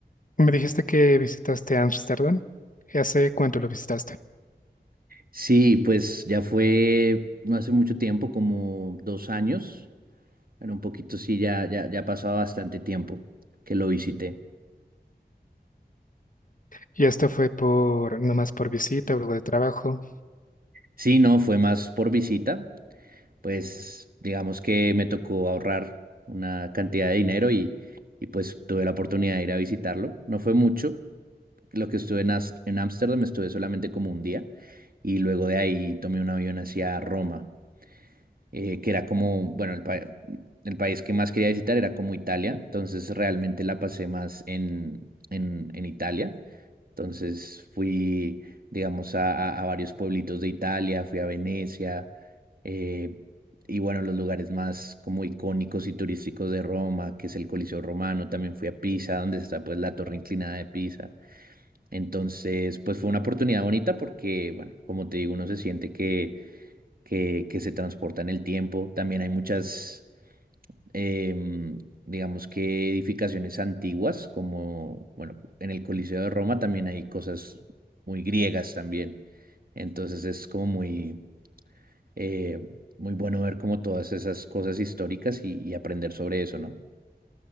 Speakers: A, on the left; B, on the right.
A: me dijiste que visitaste Ámsterdam. ¿Hace cuánto lo visitaste?
B: Sí, pues ya fue no hace mucho tiempo, como dos años. Bueno, un poquito sí, ya, ya, ya ha pasado bastante tiempo que lo visité.
A: Y esto fue por, no más por visita o algo de trabajo.
B: Sí, no, fue más por visita. pues digamos que me tocó ahorrar una cantidad de dinero y, y pues tuve la oportunidad de ir a visitarlo. No fue mucho, lo que estuve en As- en Ámsterdam estuve solamente como un día y luego de ahí tomé un avión hacia Roma, eh, que era como, bueno, el, pa- el país que más quería visitar era como Italia, entonces realmente la pasé más en, en, en Italia. Entonces fui, digamos, a, a- a varios pueblitos de Italia, fui a Venecia, eh, y bueno, los lugares más como icónicos y turísticos de Roma, que es el Coliseo Romano, también fui a Pisa, donde está pues la torre inclinada de Pisa. Entonces, pues fue una oportunidad bonita porque, bueno, como te digo, uno se siente que, que, que se transporta en el tiempo. También hay muchas em, digamos que edificaciones antiguas, como, bueno, en el Coliseo de Roma también hay cosas muy griegas también. Entonces es como muy, eh, muy bueno ver como todas esas cosas históricas y, y aprender sobre eso, ¿no?